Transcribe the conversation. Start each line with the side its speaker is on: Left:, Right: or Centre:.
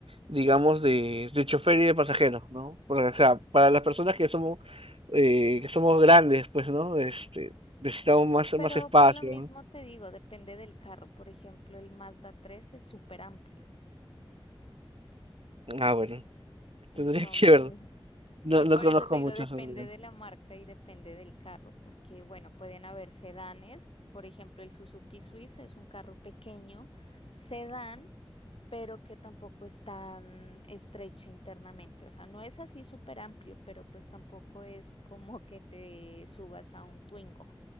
Right: digamos, de, de chofer y de pasajeros, ¿no? Porque, o sea,
Left: Mm.
Right: para las personas que somos, eh, que somos grandes, pues, ¿no? Este, necesitamos más,
Left: Pero
Right: más espacio,
Left: por lo mismo
Right: ¿no?
Left: te digo, depende del carro. Por ejemplo, el Mazda 3 es súper amplio.
Right: Ah, bueno, <laughs>
Left: Entonces,
Right: tendría que ver.
Left: <laughs>
Right: No,
Left: eh,
Right: no
Left: por
Right: no conozco
Left: eso te digo,
Right: mucho
Left: depende
Right: sobre bien.
Left: de la marca y depende del carro, porque bueno, pueden haber sedanes. Por ejemplo, el Suzuki Swift es un carro pequeño, sedán, pero que tampoco es tan estrecho internamente. O sea, no es así súper amplio, pero pues tampoco es como que te subas a un Twingo.